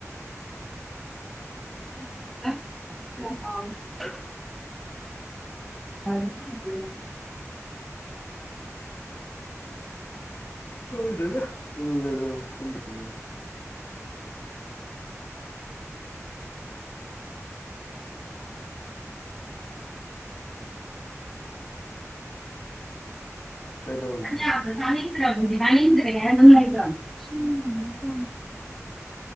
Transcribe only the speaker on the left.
ꯈꯪꯗꯦꯗꯥ UNINTELLIGIBLE ꯇꯨꯝꯕꯨ ꯇꯨꯝꯅꯤꯡ ꯏ ꯀꯩꯗꯧꯔꯤꯅꯣ